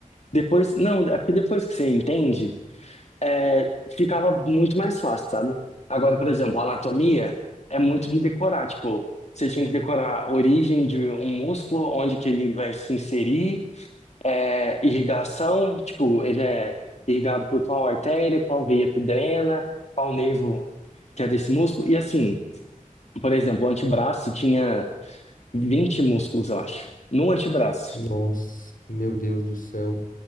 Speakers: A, on the left (about 55°); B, on the left (about 80°).
A: depois, não, é porque depois que você entende. é, ficava muito mais fácil, sabe? Agora, por exemplo, anatomia é muito de decorar, tipo, você tinha que decorar a origem de um músculo, onde que ele vai se inserir, é, irrigação, tipo, ele é irrigado por qual artéria, qual veia que drena, qual nervo que é desse músculo, e assim, por exemplo, o antebraço tinha 20 músculos, eu acho, no antebraço.
B: Nossa, meu Deus do céu.